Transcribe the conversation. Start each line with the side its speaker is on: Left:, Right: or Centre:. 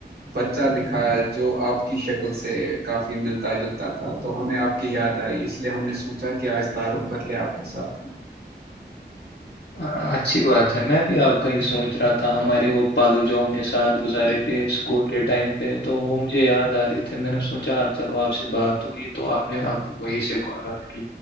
Right: بچہ دکھا جو آپ کی شکل سے کافی ملتا جلتا تھا تو ہمیں آپ کی یاد آئی اس لیے ہم نے سوچا کہ آج تعارف کر لے آپ کے ساتھ
Left: ہ اچھی بات ہے میں بھی آپ کا ہی سوچ رہا تھا ہمارے وہ پل جو ہم نے ساتھ گزارے تھے اسکول کے ٹائم پہ تو وہ مجھے یاد آ رہی تھی پھر میں نے سوچا چلو آپ سے بات ہوئی تو آپ نے اب وہی سےالات کی